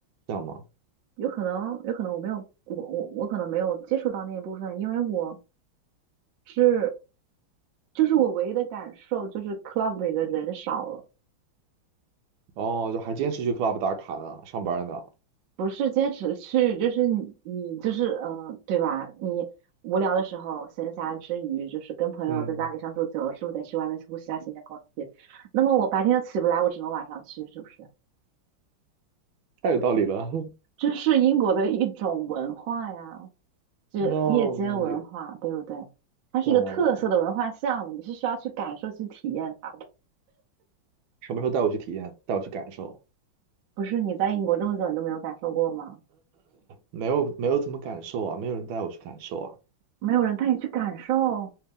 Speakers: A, on the right (about 80°); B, on the right (about 70°).
A: 这样嘛。
B: 有可能，有可能我没有，我我我可能没有接触到那一部分，因为我是就是我唯一的感受就是 club 里的人少了。
A: 哦，就还坚持去 club 打卡呢，上班呢。
B: 不是坚持的去，就是你你就是呃，对吧？你无聊的时候，闲暇之余，就是跟朋友在家里相处久了，
A: 嗯，
B: 是不是得去外面呼吸下新鲜空气？那么我白天又起不来，我只能晚上去，是不是？
A: 太有道理了。
B: 这是英国的一种文化呀，就夜间文化，
A: <laughs> 哦，嗯也
B: 对不对？它是一个特色的文化项目，
A: 懂了。
B: 你是需要去感受、去体验它的。
A: 什么时候带我去体验，带我去感受？
B: 不是你在英国这么久，你都没有感受过吗？
A: 没有没有怎么感受啊，没有人带我去感受啊。
B: 没有人带你去感受。